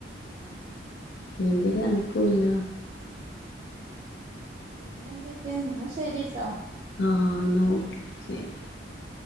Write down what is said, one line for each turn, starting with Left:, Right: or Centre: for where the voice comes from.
Right: ആഹ്
Left: ഇല്ലെങ്കി ഒരൻ ക്കൂല
Right: ആഹ് പിന്നെ എന്തൊക്കെ ഇന്നാ ശെരിട്ടോ
Left: ആഹ് ന്നാ ഓക്കെ ശെരി
Right: ഓക്കെ